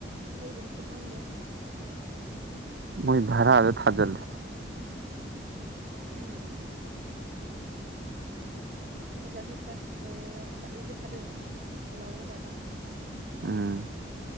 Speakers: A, on the right; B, on the right.
A: ꯍꯩꯒꯨꯝꯕꯁꯨ ꯐꯪꯗꯦ
B: ꯃꯣꯏ ꯚꯔꯥꯗ ꯊꯥꯖꯤꯜꯂꯦ
A: ꯎꯝ ꯕꯖꯥꯔꯁꯨ ꯆꯠ ꯇꯦ ꯆꯠꯂꯨꯗꯤ ꯐꯗꯣꯏꯕ ꯂꯧꯒꯗꯕ
B: ꯎꯝ